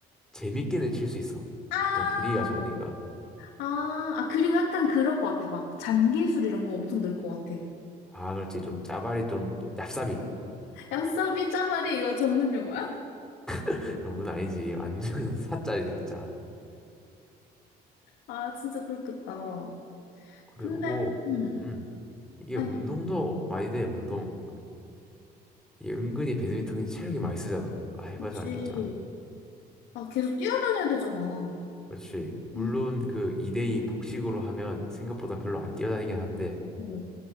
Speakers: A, in the centre; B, on the left.
A: 재밌게는 칠 수 있어.
B: 아,
A: 보통 분위기가 좋으니까.
B: 아, 아, 그리고 약간 그럴 것 같아. 막, 잔기술 이런 거 엄청 늘 것 같아.
A: 아, 그렇지. 좀 짜발이 좀 얍삽이.
B: 얍사비 짜바리 이거 전문 용어야?
A: <laughs> 전문 아니지. 완전 <laughs> 사짜지, 사짜.
B: 아, 진짜 그렇겠다.
A: 그리고
B: 근데, 응.
A: 음 이게
B: 아니,
A: 운동도 많이 돼 운동 이게 은근히 배드민턴이 체력이 많이 쓰잖아 아, 해봐서
B: 그렇지.
A: 알겠지만
B: 아, 계속 뛰어다녀야 되잖아.
A: 그렇지 물론
B: 응,
A: 그 2대2 복식으로 하면 생각보다 별로 안 뛰어다니긴 하는데
B: 응.